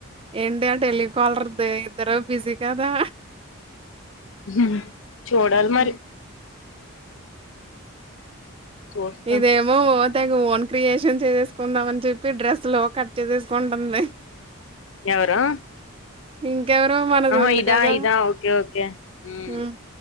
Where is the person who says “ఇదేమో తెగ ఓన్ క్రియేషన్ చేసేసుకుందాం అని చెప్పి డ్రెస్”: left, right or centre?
Right